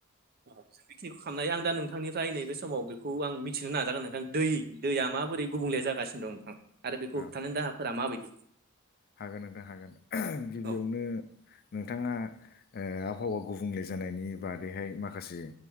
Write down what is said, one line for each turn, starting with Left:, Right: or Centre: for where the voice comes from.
Right: जों बेखिनिखौ खालामनाय आं दा नोंथांनिफ्राय नैबे समाव खौ आं मिथिनो नाजागोन नोंथां दैया माबोरै गुबुंले जागासिनो दं नोंथां आरो बेखौ
Left: औ
Right: होबथानाय दाहाफोरा मा माबायदि?
Left: हागोन नोंथां हागोन। गिबियावनो
Right: औ।
Left: नोंथाङा ओ आबहावा गुबुंले जानायनि बागैहाय माखासे